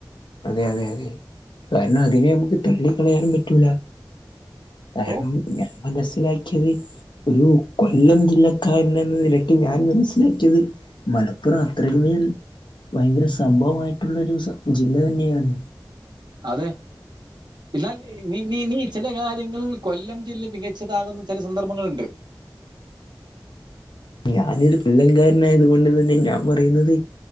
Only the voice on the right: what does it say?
ഓ
അതെ എന്നാൽ ഈ നീ നീ നീ ചെല കാര്യങ്ങൾ കൊല്ലം ജില്ല മികച്ചതാകുന്ന ചില സന്ദർഭങ്ങളുണ്ട്